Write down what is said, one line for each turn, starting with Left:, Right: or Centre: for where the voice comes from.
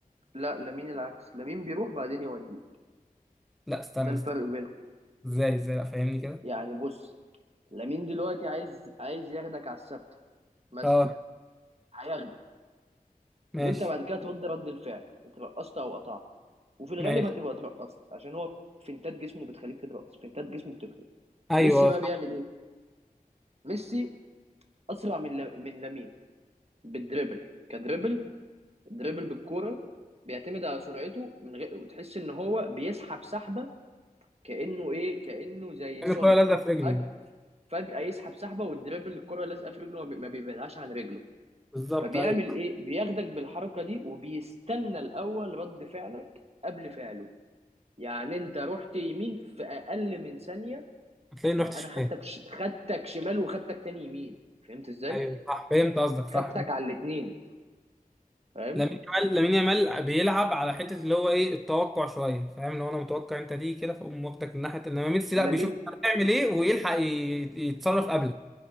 Right: لا لامين العكس لامين بيروح بعدين يوديك
Centre: لا استنى
Right: ده الفرق
Centre: استنى
Right: بينهم
Centre: ازاي ازاي لا فاهمني كده
Right: يعني بص لامين دلوقتي عايز عايز ياخدك على الثابته مثلا
Centre: اه
Right: هياخدك
Centre: ماشي
Right: وانت بعد كده ترد رد الفعل اترقصت او قطعت وفي الغالب
Centre: ماشي
Right: هتبقى اترقصت عشان هو فنتات جسمه بتخليك تترقص فنتات جسمه بتفرق
Centre: ايوه
Right: ميسي
Centre: آه،
Right: بقى
Centre: صح
Right: بيعمل ايه ميسي اسرع من ل... من لامين بالدريبل كدريبل دريبل بالكوره بيعتمد على سرعته من غير وتحس ان هو بيسحب سحبه كانه ايه كانه زي
Centre: كان
Right: سونيك
Centre: الكوره لازقه في رجله
Right: فجأة فجأة يسحب سحبة والدريبل الكرة لازقة في رجله ما بي- ما بيبعدهاش عن رجله
Centre: بالظبط
Right: فبيعمل
Centre: ايوه
Right: ايه بياخدك بالحركة دي وبيستنى الأول رد فعلك قبل فعله يعني انت رحت يمين في أقل من ثانية
Centre: هتلاقيه
Right: ببقى
Centre: رحت شمال
Right: انا خدتك ش... خدتك شمال وخدتك تاني يمين فهمت ازاي
Centre: ايوه صح فهمت قصدك صح
Right: خدتك على الاتنين فاهم
Centre: لامين يامال لامين يامال بيلعب على حته اللي هو ايه التوقع شويه فاهم لو انا متوقع انت دي كده فاقوم واخدك من ناحيه انما ميسي
Right: لامين
Centre: لا بيشوف انت هتعمل ايه ويلحق ي- يتصرف قبلك